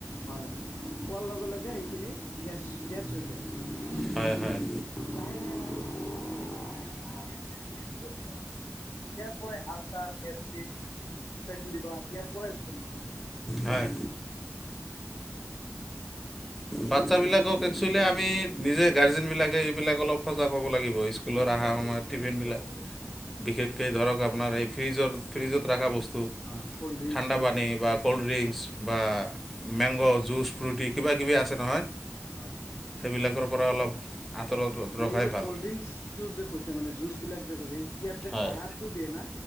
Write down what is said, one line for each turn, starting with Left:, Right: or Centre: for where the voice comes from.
Left: হয় খোৱাৰ লগে, লগে সেইখিনি গেছ, গেছ হৈ যায়।
Centre: হয়, হয়।
Left: লাহে লাহে লাহে লাহে কি হয় এচিড হৈ যায়। ইয়াৰ পৰাই আলচাৰ, গেষ্টিকে, ফেটি লিভাৰ ইয়াৰ পৰাই উৎপন্ন হয়
Centre: হয়। বাচ্ছা বিলাকক একচুৱেলি আমি নিজে গাৰ্জেন বিলাকে এইবিলাক সজাগ হ'ব লাগিব স্কুলত
Left: অ কেয়াৰ
Centre: আহাৰ সময়ত
Left: কৰিব লাগে
Centre: টিফিনবিলাক
Left: সজাগ হ'ব লাগে।
Centre: বিশেষকে ধৰক আপোনাৰ এই ফ্ৰিজৰ ফ্ৰিজত ৰাখা বস্তু
Left: অ কল্ড ড্ৰিংকচ
Centre: ঠাণ্ডা
Left: বিলাক
Centre: পানী বা ক'ল্ড ড্ৰিংকছ বা মেংগ' জুচ ফ্ৰুটি কিবা কিবি আছে নহয়।
Left: হয়।
Centre: সেইবিলাকৰ পৰা অলপ আঁতৰত ৰত ৰখাই
Left: এই যে
Centre: ভাল।
Left: কল্ড <unintelligible> যে কৈছা মানে জুচবিলাক যে কৈছে ইয়াত যে
Centre: হয়
Left: কালাৰটো দিয়ে না